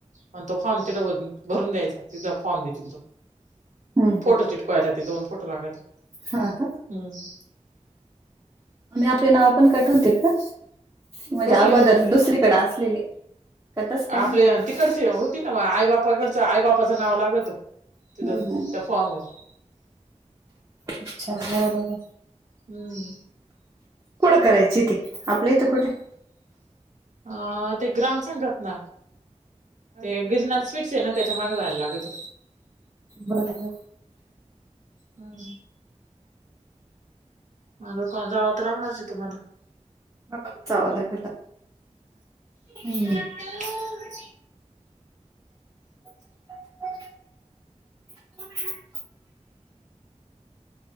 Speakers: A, on the right (about 80°); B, on the right (about 25°).
A: आणि तो फॉर्म तिथं भरून द्यायचा तिा फॉर्म देतील तो
B: हम्म
A: फोटो चिटकवायला ते दोन फोटो लागत
B: हा का
A: हम्
B: मी आपले नाव पण कटवते का म्हणजे
A: कसले
B: अगोदर दुसरीकडे असलेले त्यातच काही
A: आपले
B: आपल्याला
A: तिकडचे होती ना
B: आई
A: बापाकडचं
B: बाबाच्यात आई
A: बापाचं
B: बाबाच्या
A: नाव लागत तिथं
B: ह ह
A: त्या फॉर्म वर
B: अच्छा बरोबर आहे.
A: हम्म.
B: कुठं करायची ती आपल्या इथं कुठ?
A: अ ते ग्रामसंघातन. ते गिरनाल स्वीट्स आहे ना त्याच्या माग जायला लागत.
B: बर बर.
A: हम. मग कोण जावं तर लागणारच आहे तुम्हाला,
B: हा जावं लागेल. हम्म,
A: हॅलो,
B: <unintelligible>